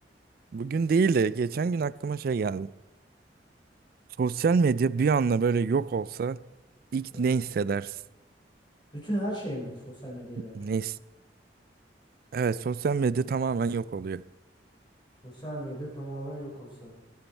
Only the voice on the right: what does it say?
bugün değil de geçen gün aklıma şey geldi. Sosyal medya bir anda böyle yok olsa ilk
ne hissedersin?
Ne Evet sosyal medya tamamen yok oluyor.